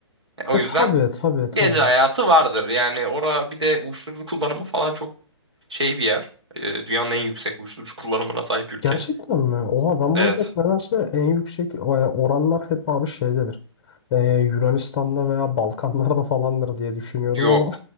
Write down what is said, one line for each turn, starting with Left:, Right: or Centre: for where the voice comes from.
Right: E, O
Left: E
Right: yüzden
Left: tabii tabii tabii.
Right: gece hayatı vardır. Yani ora bir de uyuşturucu <laughs> kullanımı falan çok şey bir yer. E, dünyanın en yüksek uyuşturucu kullanımına sahip ülke.
Left: Gerçekten mi? Oha ben
Right: Evet.
Left: bunu hep nedense en yüksek e, oranlar hep abi şeydedir. Ee, Yunanistan'da veya Balkanlarda falandır diye düşünüyordum
Right: Yok.
Left: ama